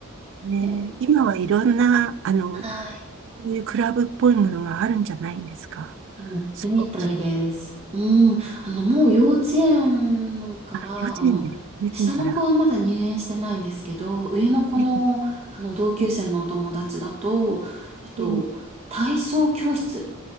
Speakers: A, on the right; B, on the right.
A: ね、
B: へえ、
A: 今はいろんな、あの、
B: はい。
A: そういうクラブっぽいものがあるんじゃないんですか
B: やってみたいです。
A: スポーツ。
B: うん。あの、もう幼稚園から、
A: あ、幼稚園で、
B: あの、
A: 幼稚園から。
B: 下の子はまだ入園してないんですけど、上の子の、
A: え、
B: あの、同級生のお友達だと、
A: え、
B: えっと、
A: え、
B: 体操教室